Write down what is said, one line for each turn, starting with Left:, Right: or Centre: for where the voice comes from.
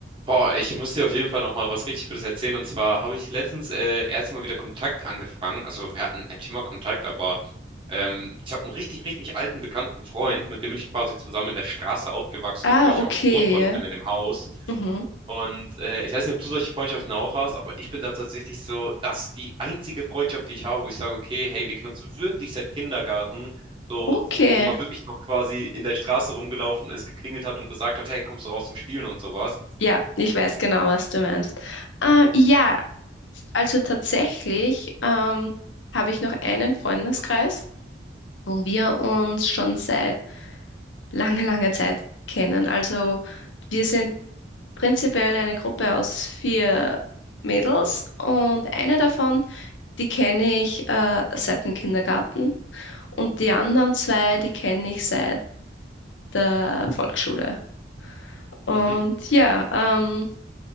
Right: Boah, ich muss dir auf jeden Fall noch mal was richtig Gutes erzählen. Und zwar habe ich letztens äh, erst mal wieder Kontakt angefangen. Also wir hatten eigentlich immer Kontakt, aber ähm, ich habe einen richtig, richtig alten bekannten Freund, mit dem bin ich quasi zusammen in der Straße aufgewachsen,
Left: Ah,
Right: wo ich
Left: okay.
Right: auch geboren worden
Left: ja.
Right: bin in dem Haus.
Left: Mhm.
Right: Und äh, ich weiß nicht, ob du solche Freundschaften auch hast, aber ich bin da tatsächlich so, das ist die einzige Freundschaft, die ich habe, wo ich sage, okay, hey, wir kennen uns wirklich seit Kindergarten, so,
Left: Okay.
Right: wo man wirklich noch quasi in der Straße rumgelaufen ist, geklingelt hat und gesagt hat, hey, kommst du raus zum Spielen und sowas.
Left: Ja, ich weiß genau, was du meinst. Ähm, ja, also tatsächlich ähm, habe ich noch einen Freundeskreis, wo wir uns schon seit langer, langer Zeit kennen. Also wir sind prinzipiell eine Gruppe aus vier Mädels und eine davon, die kenne ich äh, seit dem Kindergarten und die anderen zwei, die kenne ich seit der Volksschule. Und
Right: Mhm.
Left: ja, ähm,